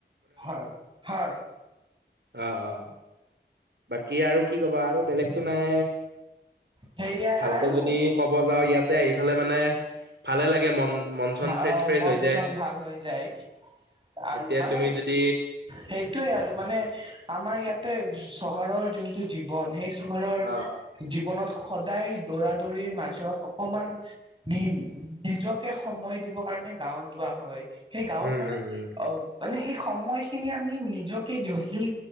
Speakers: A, on the right; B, on the right.
A: হয়, হয়।
B: আহ আহ। কি আৰু কি কবা আৰু বেলেগতো নাই
A: সেয়াই
B: ভালকে
A: আৰু
B: যদি ক'ব যাও ইয়াতে হ'লে মানে ভালে লাগে মন মন চন।
A: অহ
B: ফ্ৰেছ ফ্ৰেছ
A: মন
B: হৈ যায়
A: চন ভাল হৈ যায়। আৰু
B: এতিয়া
A: মানে
B: তুমি যদি
A: সেইটোয়ে আৰু মানে আমাৰ ইয়াতে চহৰৰ যোনটো জীৱন সেই চহৰৰ
B: অ
A: জীৱনত সদায় দৌৰা দৌৰিৰ মাজত অকমান নি নিজক কে সময় দিব কাৰণে গাঁৱত যোৱা হয়। সেই গাঁৱত
B: উম
A: মানে
B: উম উম
A: অহ মানে সেই সময় খিনি আমি নিজকে দিওঁ সেই